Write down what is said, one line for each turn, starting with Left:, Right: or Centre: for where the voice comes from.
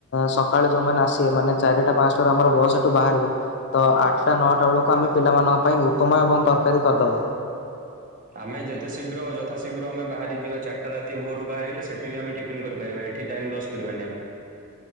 Left: ସକାଳେ ଯୋଉମାନେ ଆସିବେ, ମାନେ ଚାରିଟା ପାଞ୍ଚଟାରୁ ଆମର ବସ୍ ଏଠୁ ବାହାରିବ, ତ ଆଠ ଆଠଟା ନଅଟା ବେଳକୁ ଆମେ ପିଲାମାନଙ୍କ ପାଇଁ ଉପମା ଏବଂ ତରକାରୀ କରିଦେବା।
Right: ଆମେ ଯେତେ ଶୀଘ୍ର ଯଥାଶୀଘ୍ର ଆମେ ବାହାରିଯିବା, ଚାରିଟା ରାତି ଭୋରୁ ବାହାରି ଗଲେ, ସେଠି ବି ଆମେ ଟିଫନ୍ କରିପାରିବା, ଏଠି ଟାଇମ୍ ଲସ୍ କରିବାନି ଆମେ